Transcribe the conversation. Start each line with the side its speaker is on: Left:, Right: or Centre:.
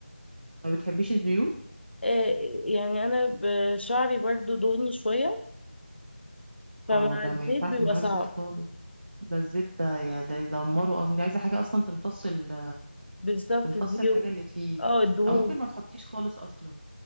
Right: ما بتحبيش الزيوت
Left: آه، يعني انا ب- شعري برضو دهني شوية فمع
Right: اه ده
Left: الزيت
Right: ما ينفعش
Left: بيبقى
Right: معاه
Left: صعب
Right: الزيت خالص ده الزيت ده يا- ده يدمره اصلا دي عايزه حاجه اصلا تمتص ال...
Left: بالظبط
Right: تمتص
Left: دي
Right: الحاجة اللي فيه
Left: اه الدهون
Right: أو ممكن ما تحطيش خالص أصلا